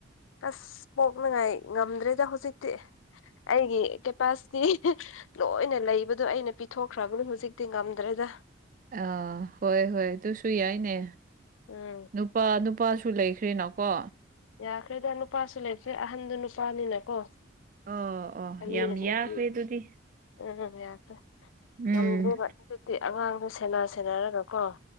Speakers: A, on the left (about 75°); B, on the right (about 40°).
A: ꯑꯁ ꯄꯣꯛꯅꯉꯥꯏ ꯉꯝꯗ꯭ꯔꯦꯗ ꯍꯧꯖꯤꯛꯇꯤ ꯑꯩꯒꯤ ꯀꯦꯄꯥꯁꯤꯇꯤ ꯂꯣꯏꯅ ꯂꯩꯕꯗꯣ ꯑꯩꯅ ꯄꯤ ꯊꯣꯛꯈ꯭ꯔꯕꯅꯤ ꯍꯧꯖꯤꯛꯇꯤ ꯉꯝꯗ꯭ꯔꯦꯗ
B: ꯑꯥ ꯍꯣꯏ ꯍꯣꯏ ꯑꯗꯨꯁꯨ ꯌꯥꯏꯅꯦ
A: ꯎꯝ
B: ꯅꯨꯄꯥ ꯅꯨꯄꯥꯁꯨ ꯂꯩꯈ꯭ꯔꯦꯅꯀꯣ
A: ꯌꯥꯈ꯭ꯔꯦꯗ ꯅꯨꯄꯥꯁꯨ ꯂꯩꯈ꯭ꯔꯦ ꯑꯍꯟꯗꯨ ꯅꯨꯄꯥꯅꯤꯅꯀꯣ
B: ꯑꯣ ꯑꯣ
A: ꯑꯅꯤꯅ
B: ꯌꯥꯝ
A: ꯅꯨꯄꯤ
B: ꯌꯥꯈ꯭ꯔꯦ ꯑꯗꯨꯗꯤ
A: ꯎꯝ ꯌꯥꯈꯔꯦ ꯉꯝꯗꯔꯦꯕ
B: ꯎꯝ
A: ꯑꯗꯨꯢ ꯗꯤ ꯑꯉꯥꯡꯗꯣ ꯁꯦꯟꯅ ꯁꯦꯟꯅꯔꯒꯀꯣ